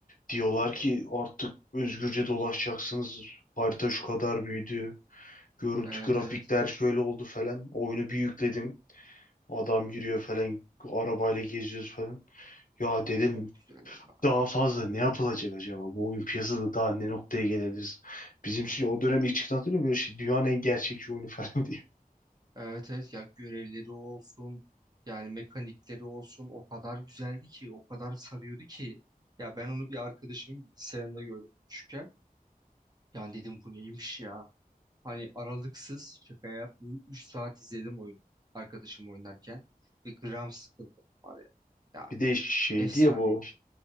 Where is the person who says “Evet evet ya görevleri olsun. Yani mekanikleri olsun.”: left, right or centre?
Right